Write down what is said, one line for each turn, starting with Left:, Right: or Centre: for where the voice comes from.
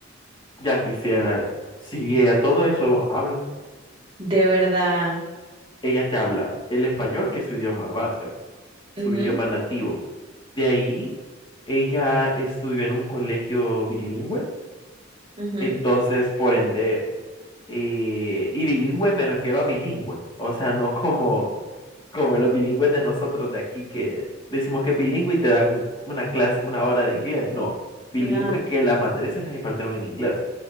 Left: ya quisiera, si ella todo eso habla,
Right: De verdad.
Left: ella te habla el español, que es su idioma base, ¿va? su
Right: Ujú,
Left: idioma nativo De ahí, ella estudió en un colegio bilingüe,
Right: ujú,
Left: entonces, por ende, eh, y bilingüe me refiero a bilingüe, o sea, no como, como los bilingües de nosotros de aquí que decimos que es bilingüe y te dan una clase, una hora de inglés, no, bilingüe
Right: no,
Left: que las materias se las impartieron en inglés.